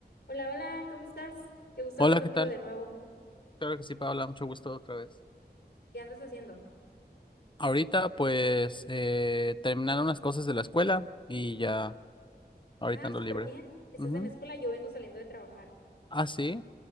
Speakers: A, on the left; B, on the left.
A: Hola, hola, ¿cómo estás? Qué gusto
B: Hola,
A: hablar contigo
B: ¿qué tal?
A: de nuevo.
B: Claro que sí, Paola, mucho gusto otra vez.
A: ¿Qué andas haciendo?
B: Ahorita, pues, eh, terminaron unas cosas de la escuela y ya, ahorita
A: Ah,
B: ando
A: súper
B: libre.
A: bien. ¿Estás
B: Ujú.
A: en la escuela? Yo vengo saliendo de trabajar.
B: Ah, sí.